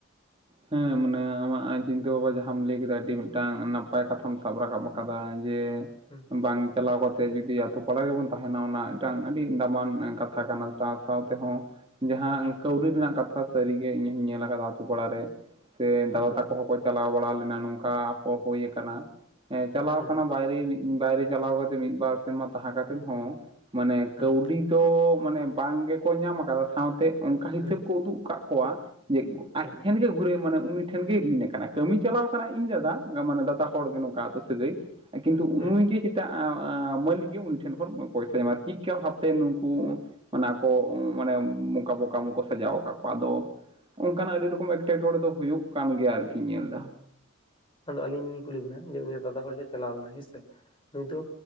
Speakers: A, on the right (about 25°); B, on the left (about 25°).
A: ᱦᱮᱸ ᱢᱟᱱᱮ ᱟᱢᱟᱜ ᱪᱤᱱᱛᱟᱹ ᱵᱟᱵᱟ ᱡᱟᱦᱟᱢ ᱞᱟᱹᱭ ᱠᱮᱫᱟ ᱟᱹᱰᱤ ᱢᱤᱫᱴᱟᱝ ᱱᱟᱯᱟᱭ ᱠᱟᱛᱷᱟᱢ ᱥᱟᱵ ᱨᱟᱠᱟᱵ ᱟᱠᱟᱫᱟ ᱡᱮ
B: ᱦᱩᱸ
A: ᱵᱟᱝ ᱪᱟᱞᱟᱣ ᱠᱟᱛᱮ ᱡᱩᱫᱤ ᱟᱛᱳ ᱯᱟᱲᱟ ᱜᱮᱵᱚᱱ ᱛᱟᱦᱮᱱᱟ ᱚᱱᱟ ᱢᱤᱫᱴᱟᱝ ᱟᱹᱰᱤ ᱫᱟᱢᱟᱱ ᱮᱸ ᱠᱟᱛᱷᱟ ᱠᱟᱱᱟ ᱥᱟᱶ ᱥᱟᱶ ᱛᱮᱦᱚᱸ ᱡᱟᱦᱟᱸ ᱠᱟᱹᱣᱰᱤ ᱨᱮᱱᱟᱜ ᱠᱟᱛᱷᱟ ᱥᱟᱹᱨᱤᱜᱮ ᱤᱧ ᱦᱩᱧ ᱧᱮᱞ ᱟᱠᱟᱫᱟ ᱟᱹᱛᱩ ᱯᱟᱲᱟᱨᱮ᱾ ᱥᱮ ᱫᱟᱫᱟ
B: ᱦᱩᱸ
A: ᱛᱟᱠᱚ ᱦᱚᱸᱠᱚ ᱪᱟᱞᱟᱣ ᱵᱟᱲᱟ ᱞᱮᱱᱟ ᱱᱚᱝᱠᱟ ᱦᱚᱸ ᱦᱩᱭ ᱠᱟᱱᱟ᱾ ᱮᱸ ᱪᱟᱞᱟᱣ
B: ᱦᱩᱸ
A: ᱠᱟᱱᱟ ᱵᱟᱭᱨᱮ ᱢᱤᱫ ᱵᱟᱭᱨᱮ ᱪᱟᱞᱟᱣ ᱠᱟᱛᱮ ᱢᱤᱫ ᱵᱟᱨ ᱥᱮᱨᱢᱟ ᱛᱟᱦᱮᱸ ᱠᱟᱛᱮᱫ ᱦᱚᱸ, ᱢᱟᱱᱮ ᱠᱟᱹᱣᱰᱤ
B: ᱦᱩᱸ
A: ᱫᱚ ᱢᱟᱱᱮ ᱵᱟᱝ ᱜᱮᱠᱚ ᱧᱟᱢ ᱟᱠᱟᱫᱟ ᱥᱟᱶᱛᱮ ᱚᱱᱠᱟ ᱦᱤᱥᱟᱹᱵ
B: ᱦᱩᱸ
A: ᱠᱚ ᱩᱫᱩᱜ ᱠᱟᱜ ᱠᱚᱣᱟ ᱡᱮ, ᱟᱡ
B: ᱦᱩᱸ
A: ᱴᱷᱮᱱ ᱜᱮ ᱜᱷᱩᱨᱮ ᱢᱟᱱᱮ ᱩᱱᱤ ᱴᱷᱮᱱ ᱜᱮᱭ ᱨᱤᱱ ᱟᱠᱟᱱᱟ, ᱠᱟᱹᱢᱤ ᱪᱟᱞᱟᱣ ᱠᱟᱱᱟᱭ ᱤᱧ ᱫᱟᱫᱟ, ᱢᱟᱱᱮ ᱫᱟᱫᱟ ᱦ ᱦᱚᱲ ᱜᱮ
B: ᱦᱩᱸ
A: ᱱᱚᱝᱠᱟ ᱟᱹᱛᱩ ᱥᱟᱹᱜᱟᱹᱭ, ᱠᱤᱱᱛᱩ
B: ᱦᱩᱸ
A: ᱩᱱᱩᱭ
B: ᱦᱩᱸ
A: ᱜᱮ ᱡ ᱟᱣ ᱟᱣ ᱢᱟᱹᱞᱤᱠ ᱜᱮ ᱩᱱᱤ ᱴᱷᱮᱱ ᱠᱷᱚᱱ ᱯᱚᱭᱥᱟᱭ ᱧᱟᱢᱟ ᱪᱤᱼᱠᱟ ᱵᱷᱟᱵᱛᱮ ᱱᱩᱠᱩ ᱢᱟᱱᱮ ᱟᱠᱚ ᱩᱻ ᱢᱟᱱᱮ ᱚᱱᱠᱟ ᱵᱚᱸᱠᱟ ᱢᱚᱠᱚ ᱥᱟᱡᱟᱣ ᱟᱠᱟᱫ ᱠᱚᱣᱟ ᱟᱫᱚ ᱚᱱᱠᱟᱱᱟᱜ ᱟᱹᱰᱤ ᱨᱚᱠᱚᱢ ᱮᱸᱴᱠᱮᱴᱚᱲᱮ ᱫᱚ ᱦᱩᱭᱩᱜ ᱠᱟᱱ ᱜᱮᱭᱟ, ᱟᱨᱠᱤ ᱧᱮᱞ ᱫᱟ᱾
B: ᱟᱫᱚ ᱟᱹᱞᱤᱧ ᱞᱤᱧ ᱠᱩᱞᱤ ᱵᱤᱱᱟ, ᱡᱮ ᱩᱱᱤ ᱫᱟᱫᱟ ᱦᱚᱲ ᱜᱮ ᱪᱟᱞᱟᱣ ᱞᱮᱱᱟ ᱦᱮᱸᱥᱮ, ᱱᱩᱭ ᱫᱚ